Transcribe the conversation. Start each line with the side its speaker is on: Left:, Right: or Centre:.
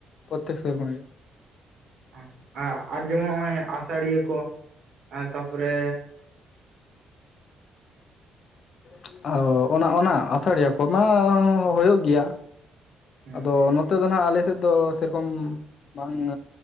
Left: ᱯᱚᱨᱛᱮᱠ ᱥᱮᱨᱢᱟ ᱜᱮ᱾ <inaudible>
Right: <inaudible> ᱟ ᱟᱰ ᱡᱮᱢᱚᱱ ᱚᱜᱼᱚᱭ ᱟᱥᱟᱲᱤᱭᱟᱹ ᱠᱚ ᱮᱱ ᱛᱟᱯᱚᱨᱮ
Left: <inaudible> ᱚᱱᱟ ᱚᱱᱟ ᱟᱥᱟᱲᱤᱭᱟᱹ ᱠᱚᱢᱟ ᱦᱳᱭᱳᱜ ᱜᱮᱭᱟ ᱾
Right: ᱦᱮᱸ
Left: ᱟᱫᱚ ᱱᱚᱛᱮ ᱫᱚ ᱱᱟᱦᱟᱸᱜ ᱟᱞᱮ ᱥᱮᱫ ᱫᱚ ᱥᱮᱨᱚᱠᱚᱢ ᱵᱟᱝ